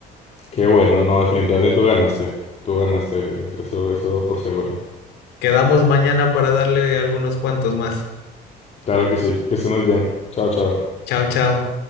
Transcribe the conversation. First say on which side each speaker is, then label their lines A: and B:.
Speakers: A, on the left; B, on the left.
A: Qué bueno, no, definitivamente tú ganaste. Tú ganaste, eso, eso por seguro.
B: Quedamos mañana para darle algunos cuantos más.
A: Claro que sí, que estés muy bien. Chao, chao.
B: Chao, chao.